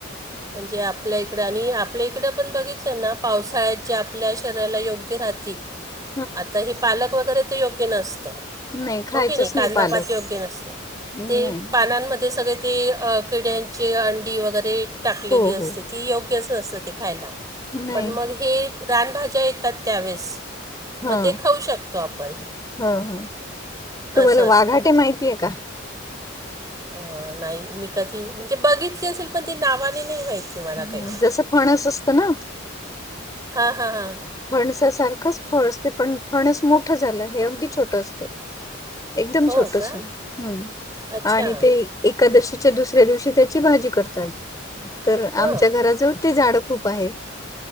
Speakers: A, on the right; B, on the left.
A: म्हणजे आपल्या इकडं आणि आपल्या इकडं पण बघितलं ना पावसाळ्यात जे आपल्या शरीराला योग्य राहतील.
B: <inaudible>
A: आता हे पालक वगैरे तर योग्य नसतं.
B: नाही खायचंच
A: हो की नाही कांदापात
B: पालक
A: योग्य नसत
B: नाही
A: ते पानामध्ये सगळे ते किड्यांची अंडी वगैरे टाकलेली
B: हो हो
A: असते. ती योग्यच नसतं ते खायला
B: नाही
A: पण मग हे रानभाज्या येतात त्यावेेळेस
B: हा
A: मग ते खाऊ शकतो आपण.
B: हा हा तुम्हाला
A: असं असतं
B: वाघाटे माहितीय का
A: अ नाही मी कधी म्हणजे बघितली असेल पण ती नावाने नाही माहिती मला काही
B: हम् जसं फणस असतं ना
A: हा हा हा
B: फणसासारखंच फळ असते पण फणस मोठं झालं हे अगदी छोट असते एकदम
A: हो
B: छोटस
A: का
B: हम्
A: अच्छा
B: आणि ते एकादशीच्या दुसऱ्या दिवशी त्याची भाजी करतात तर आमच्या
A: हां
B: घराजवळ ते झाड खूप पा आहे